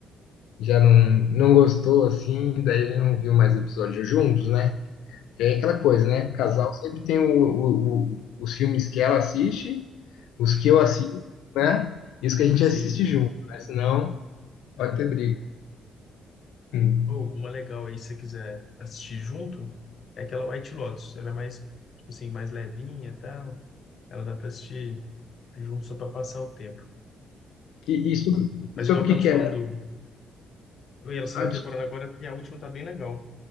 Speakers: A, on the left; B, on the left.
A: já não, não gostou, assim, daí não viu mais episódios juntos, né? É aquela coisa,
B: sim,
A: né? Casal sempre tem o, o- o- os filmes que ela assiste, os
B: <laughs>
A: que eu assisto, né? E os que a gente
B: sim.
A: assiste junto, né? Senão
B: É.
A: pode ter briga. Hum.
B: Pô, uma legal aí, se você quiser assistir junto, é aquela White Lotus. Ela é mais, tipo assim, mais levinha e tal. Ela dá para assistir Junto só para passar o tempo.
A: E, e sobre,
B: Mas
A: sobre
B: igual eu
A: o
B: tava
A: que
B: te
A: que
B: falando,
A: é?
B: do... eu ia lançar
A: Ah,
B: uma
A: desculpa.
B: temporada agora e a última tá bem legal.